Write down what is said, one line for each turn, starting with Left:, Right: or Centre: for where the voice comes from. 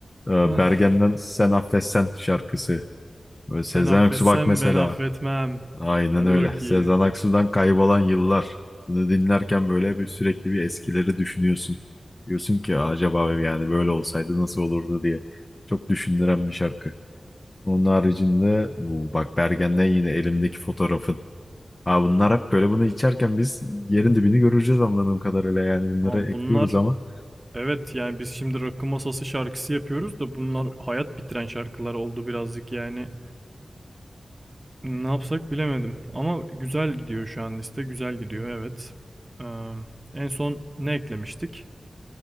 Left: Ee,
Right: Ah,
Left: Bergen'den Sen Affetsen şarkısı. Böyle Sezen
Right: sen affetsen
Left: Aksu bak mesela.
Right: ben affetmem.
Left: Aynen
Right: Hadi
Left: öyle.
Right: bakayım.
Left: Sezen Aksu'dan kaybolan yıllar. Bunu dinlerken böyle bir sürekli bir eskileri düşünüyorsun. Diyorsun ki acaba yani böyle olsaydı nasıl olurdu diye. Çok düşündüren bir şarkı. Onun haricinde bu bak Bergen'den yine elimdeki fotoğrafın. Ha bunlar hep böyle bunu içerken biz yerin dibini göreceğiz anladığım kadarıyla yani bunları
Right: Ama
Left: ekliyoruz
Right: bunlar
Left: ama.
Right: evet yani biz şimdi rakı masası şarkısı yapıyoruz da bunlar hayat bitiren şarkılar oldu birazcık yani. Ne yapsak bilemedim. Ama güzel gidiyor şu an liste. Güzel gidiyor evet. Ee, en son ne eklemiştik?